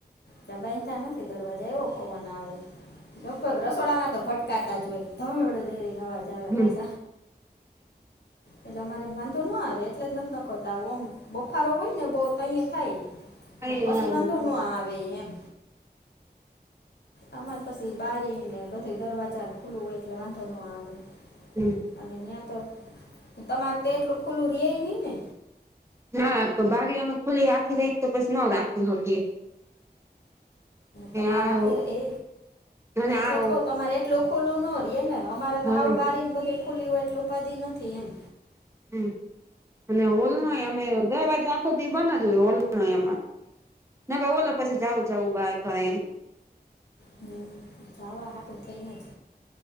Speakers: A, on the left; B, on the right.
A: દબાઈ તાનો દરવાજાય એવો પવન આવે. લગભગ રસોડાના તો ફટકારતા જ હો, ધડ દઈને અવાજ આવે.
B: હમ
A: ચ પાછ એટલે અમારે વાંધો ન આવે એટલે જ નથી નખોતા આવ મ બફારો હોય ને બહુ અહીંયા થાય
B: થાય
A: પણ પછી વાંધો ન આવે એમ.
B: <inaudible>
A: આમ જ પછી બારીને બધું દરવાજા ખુલ્લું હોય એટલે વાંધો ન આવે.
B: હમ્મ.
A: અને ત્યાં તો તમારે તો એટલું ખુલ્લું રેય નહીં ને?
B: ના, તો બારી અમે ખુલી રાખી રહી તો પછી ન રાખી હોય છીએ.
A: તમારે
B: આ
A: આખી એ
B: અને આ
A: એટલે જ કહું તમારે એટલું ખુલ્લું ન રહીએને અમારે તો
B: અને
A: હાવ બારી જ બધી ખુલ્લી હોય એટલું ઉપાધી નથી, એમ.
B: હમ્મ, અને હોલ નોય અમે દરવાજો આખોથી બનાવજો હોલનો એમાં ના, ઓલો પછી જાવું જાવું બાર પણ એમ
A: હમ્મ, જાવા હારું થઈને જ